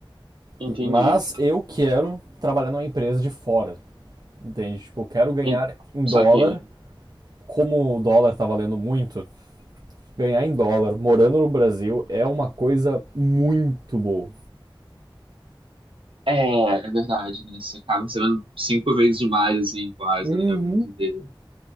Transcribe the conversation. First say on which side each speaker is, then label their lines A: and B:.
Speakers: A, on the right; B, on the right.
A: entendi.
B: E- Mas eu quero trabalhar numa empresa de fora. Entende? Tipo, eu quero ganhar
A: En-
B: em
A: Saquei.
B: dólar. Como o dólar tá valendo muito, ganhar em dólar morando no Brasil é uma coisa muito boa.
A: É, é verdade, né? Você acaba recebendo cinco vezes mais, assim, quase,
B: Uhum.
A: né? Vamos dizer.